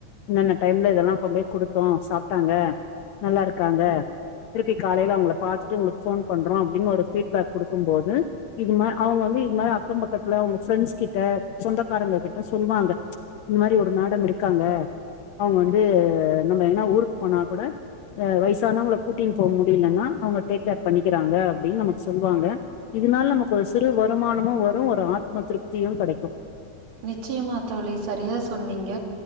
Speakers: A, on the left (about 75°); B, on the right (about 80°).
A: இன்னென்ன டைம்ல இதெல்லா கொண்டு போய் குடுத்தோ சாப்ட்டாங்க நல்லா இருக்காங்க திருப்பி காலைல அவங்கள பாத்துட்டு உங்களுக்கு ஃபோன் பண்றோ அப்டின்னு ஒரு ஃபீட்பேக் குடுக்கும் போது இது மா அவங்க வந்து இது மாரி அக்கம் பக்கத்துல உங்க ஃப்ரெண்ட்ஸ் கிட்ட சொந்தக்காரங்க கிட்ட சொல்வாங்க இந்த மாரி ஒரு மேடம் இருக்காங்க அவுங்க வந்து நம்ம எங்கனா ஊருக் போனா கூட வயசானவங்கள கூட்டின் போக முடியலன்னா அவங்க டேக் ஏர் பண்ணிக்கிறாங்க அப்டின் நமக்கு சொல்வாங்க இதனால நமக்கு சிறு வொர் வருமானமு ஒர்க் ஒரு ஆத்மா திருப்தியு கெடைக்கு
B: நிச்சயமா தோழி சரியா சொன்னீங்க